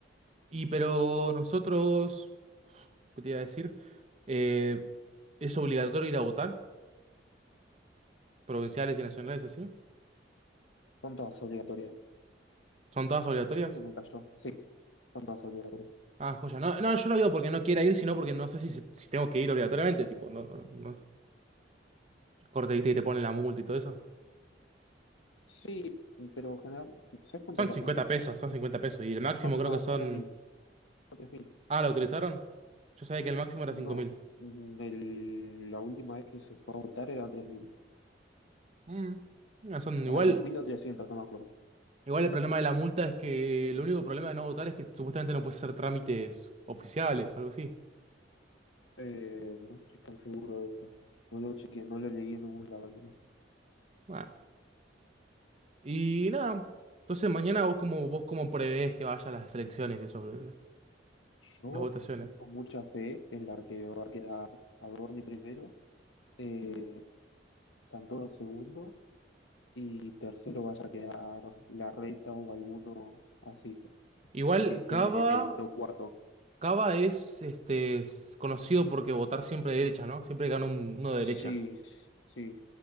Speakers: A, on the right (about 35°); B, on the left (about 85°).
A: y pero nosotros, ¿qué te iba a decir? Eh, ¿es obligatorio ir a votar? Provinciales y nacionales así.
B: Son todas obligatorias.
A: ¿Son todas obligatorias?
B: Se me cayó. Sí, son todas obligatorias.
A: Ah, joya. No, no, yo no digo porque no quiera ir, sino porque no sé si, si tengo que ir obligatoriamente. Tipo, no, no, no- corte, viste, y te ponen la multa y todo eso.
B: Sí, pero general, ¿sabes cuánto
A: Son
B: es la
A: 50
B: multa?
A: pesos, son 50 pesos. Y el máximo
B: Son-
A: creo
B: no,
A: que son.
B: son tres mil Son tres mil
A: Ah, ¿lo autorizaron? Yo sabía que el máximo
B: No,
A: era 5.000.
B: mm, el- la última vez que se fue a votar eran tres mil
A: Mm, no, son igual.
B: Eran 3.000 o 300, no me acuerdo.
A: Igual el problema de la multa es que el único problema de no votar es que supuestamente no puedes hacer trámites oficiales, algo así.
B: Eh, no estoy tan seguro de eso. No lo chequeé, no lo leí en ningún lado al menos.
A: Bueno, y nada. Entonces mañana vos como vos como prevés que vaya a las elecciones y eso, boludo, eh,
B: Yo
A: las votaciones.
B: tengo mucha fe en la que va a quedar Adorni primero, eh, Santoro segundo y tercero vaya a quedar la reta o alguno así,
A: Igual
B: que quede
A: Cava,
B: el Pro 4.
A: Cava es este es conocido porque votar siempre de derecha, ¿no? Siempre gana un- uno de derecha.
B: Sí, sí,